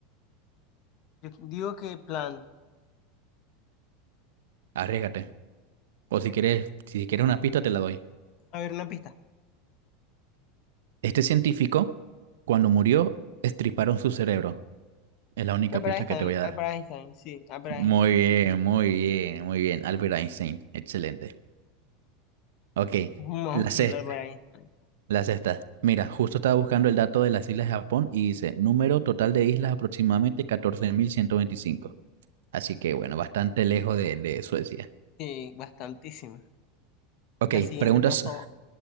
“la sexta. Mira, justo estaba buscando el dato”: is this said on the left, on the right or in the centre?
Right